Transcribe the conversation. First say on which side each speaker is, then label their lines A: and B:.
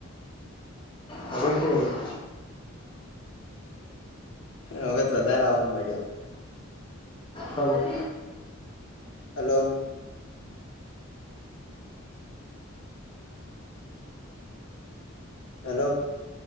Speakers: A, on the left (about 25°); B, on the left (about 75°).
A: હવે કેવું? <inaudible>
B: અવાજ વધારે આવવા મળ્યો.
A: હલો. હલો.
B: Hello hello.